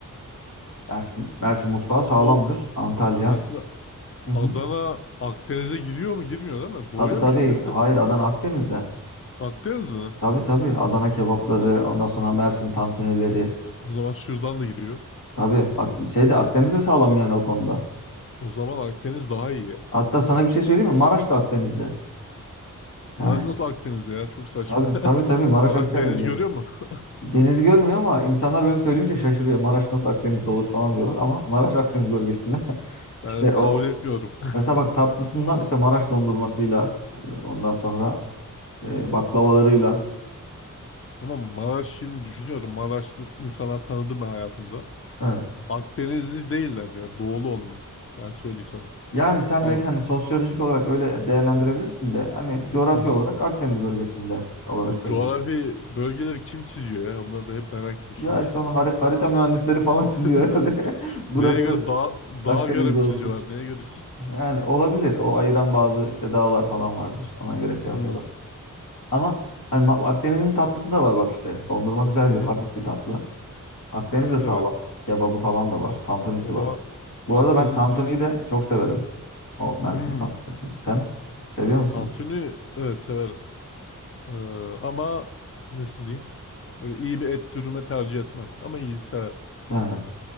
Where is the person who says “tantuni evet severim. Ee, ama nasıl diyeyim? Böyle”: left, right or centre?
Left